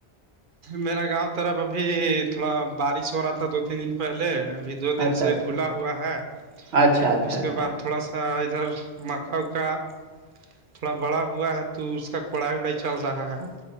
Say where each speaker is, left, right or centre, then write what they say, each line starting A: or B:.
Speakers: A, on the right; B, on the right.
A: میرا گاؤں ترف ابھی تھوڑا بارش ہو رہا تھا دو تین دن پہلے ابھی دو دن
B: اچھا
A: سے
B: اچھا
A: کھلا ہوا ہے
B: اچھا اچھا
A: اس
B: اچھا
A: کے بعد تھوڑا سا ادھر مکاؤ کا تھوڑا بڑا ہوا ہے تو اس کا کوڑھائی وڑھائی چل رہا ہے